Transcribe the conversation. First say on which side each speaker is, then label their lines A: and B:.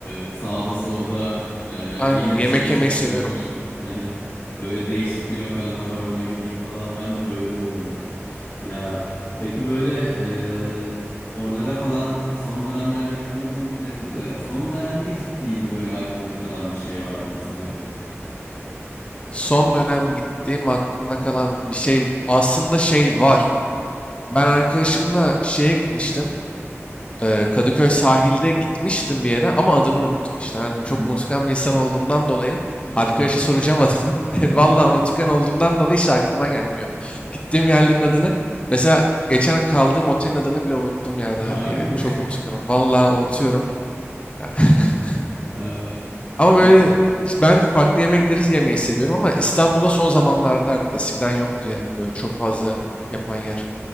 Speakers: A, on the left (about 50°); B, on the left (about 25°).
A: e, sağda solda e,
B: Aynen
A: yeni
B: yemek
A: bir şey
B: yemeyi
A: açılmış.
B: seviyorum.
A: <laughs> Böyle değişik bir lokanta var ona gideyim falan. Ben de bayılıyorum ona. Ya peki böyle e, oralara falan son dönemlerde gitmedim dedin de son dönemde gittiğin böyle aklında kalan bir şey var mı mesela?
B: Son dönem gittiğim aklımda kalan bir şey aslında şey var. Ben arkadaşımla şeye gitmiştim. Eee, Kadıköy sahilde gitmiştim bir yere ama adını unuttum işte. Ben
A: Hı
B: çok
A: hı.
B: unutkan bir insan olduğumdan dolayı
A: Estağfurullah.
B: arkadaşa soracağım adını. <laughs>
A: <laughs>
B: Vallahi unutkan olduğumdan dolayı hiç aklıma gelmiyor. Gittiğim yerlerin adını. Mesela geçen kaldığım otelin adını bile unuttum yani
A: Harbi
B: abi yani.
A: mi?
B: Çok unutkanım. Vallahi unutuyorum. <laughs>
A: <laughs> Ay,
B: Ama böyle
A: bak
B: işte ben de farklı yemekleri yemeyi seviyorum ama İstanbul'da son zamanlarda arttı. Eskiden yoktu yani böyle çok fazla yapan yer.